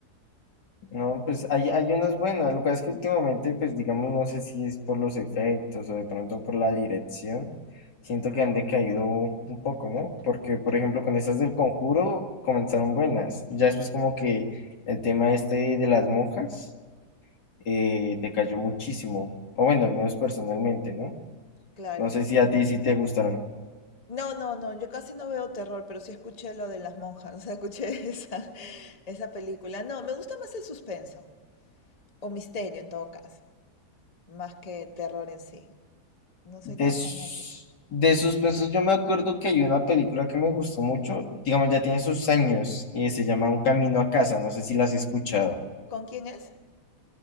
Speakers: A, on the left; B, on the left.
A: No, pues hay, hay unas buenas, lo que es que últimamente, pues digamos, no sé si es por los efectos o de pronto por la dirección, siento que han decaído un poco, ¿no? Porque, por ejemplo, con estas del Conjuro comenzaron buenas, ya después como que el tema este de las monjas eh, decayó muchísimo, o bueno, al menos personalmente, ¿no?
B: Claro.
A: No sé si a ti sí te gustaron.
B: No, no, no, yo casi no veo terror, pero sí escuché lo de las monjas, <laughs> o sea, escuché esa, esa película. No, me gusta más el suspenso, o misterio en todo caso, más que terror en sí. No soy
A: De,
B: tan
A: s-
B: fanática.
A: de suspenso, yo me acuerdo que hay una película que me gustó mucho, digamos, ya tiene sus años, y se llama Un Camino a Casa, no sé si las has escuchado.
B: ¿Con quién es?